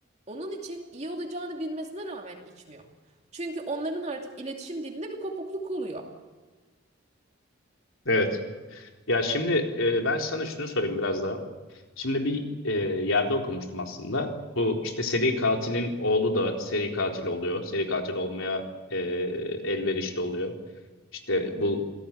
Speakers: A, on the right; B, on the left.
A: Onun için iyi olacağını bilmesine rağmen içmiyor. Çünkü onların artık iletişim dilinde bir kopukluk oluyor.
B: evet. Ya şimdi e, ben sana şunu sorayım biraz daha. Şimdi bir e, yerde okumuştum aslında. Bu işte seri katilin oğlu da seri katil oluyor. Seri katil olmaya e, elverişli oluyor. İşte bu